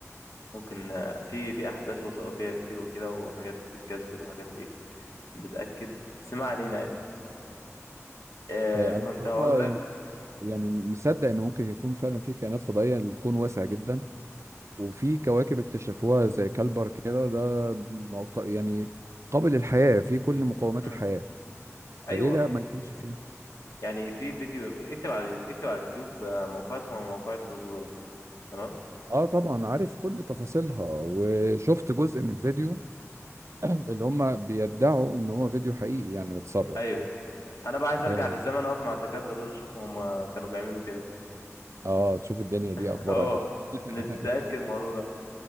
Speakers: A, on the left; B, on the right.
A: ممكن آه، في في أحداث وثائقية كتير وكده وحاجات بتكذب وحاجات إيه بتأكد بس ما علينا يعني آه
B: آه، انا
A: كنت
B: بصراحه
A: هقول لك
B: يعني يعني مصدق ان ممكن يكون فعلا في كائنات فضائيه الكون واسع جدا وفي كواكب اكتشفوها زي كالبر كده ده موق- يعني قابل للحياه في كل مقومات
A: مم.
B: الحياه
A: أيوه
B: فليه لا ما يكونش فيه
A: يعني في فيديو اكتب على اكتب على اليوتيوب آه، موقع اسمه موقع روزويل تمام
B: اه طبعا عارف كل تفاصيلها وشفت جزء من فيديو اللي هم بيدعوا ان هو فيديو حقيقي يعني متسرب
A: أيوه أنا بقى عايز أرجع
B: اه
A: للزمن أقف مع الدكاترة دول أشوف هم كانوا بيعملوا كده
B: آه، تشوف الدنيا
A: <laughs>
B: دي اخبارها
A: أه
B: ايه <laughs>
A: نتأكد من الموضوع ده